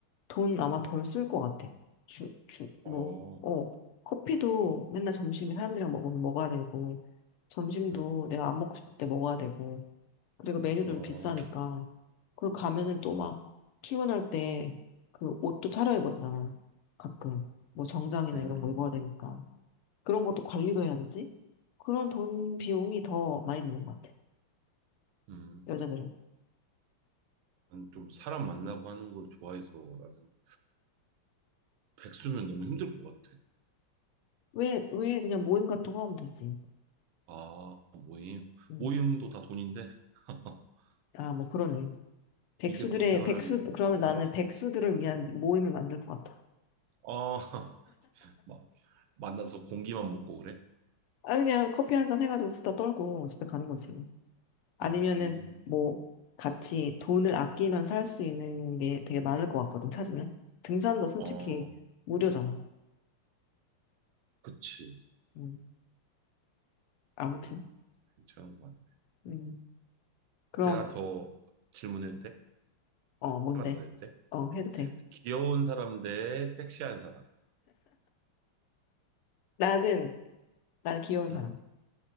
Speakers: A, on the left; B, on the right.
A: 돈
B: 응,
A: 아마 덜 쓸 것 같아. 주, 주, 뭐,
B: 어,
A: 어, 커피도 맨날 점심에 사람들이랑 먹으면 먹어야 되고, 점심도
B: 응,
A: 내가 안 먹고 싶을 때 먹어야 되고, 그리고 메뉴들도
B: 어,
A: 비싸니까, 그 가면은 또 막, 출근할 때, 그 옷도 차려입어야 되잖아. 가끔. 뭐 정장이나
B: 음,
A: 이런 거 입어야 되니까. 그런 것도 관리도 해야 되지? 그런 돈 비용이 더 많이 드는 것 같아.
B: 음.
A: 여자들은.
B: 난좀 사람 만나고 하는 걸 좋아해서 나는 백수면 너무 힘들 것 같아.
A: 왜, 왜 그냥 모임 같은 거 하면 되지?
B: 아, 모임.
A: 음.
B: 모임도 다 돈인데 <laughs>
A: 아, 뭐 그러네. 백수들의,
B: 200으로 생활하기
A: 백수, 그러면
B: 빠탄데.
A: 나는 백수들을 위한 모임을 만들 것 같아.
B: 아, <laughs> 막 만나서 공기만 먹고 그래?
A: 아, 그냥 커피 한 잔 해가지고 수다 떨고 집에 가는 거지. 아니면은
B: 음,
A: 뭐 같이 돈을 아끼면 살 수 있는 게 되게 많을 것 같거든, 찾으면. 등산도 솔직히
B: 아.
A: 무료잖아.
B: 그치.
A: 음, 아무튼.
B: 음, 괜찮은 것 같네.
A: 음, 그럼,
B: 내가 더 질문해도 돼?
A: 어, 뭔데?
B: 하나 더 해도 돼?
A: 어, 해도 돼.
B: 귀여운 사람 대 섹시한 사람.
A: 나는, 난 귀여운
B: 응,
A: 사람.